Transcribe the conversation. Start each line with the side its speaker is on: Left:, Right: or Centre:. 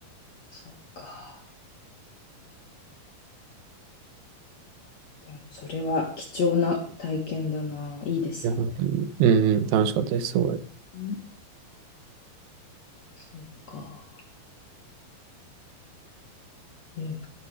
Left: そうか。でも、それは貴重な体験だな。いいですね。
Right: いや、本当に、うんうん、楽しかったです、すごい。
Left: うんそうか。いいな。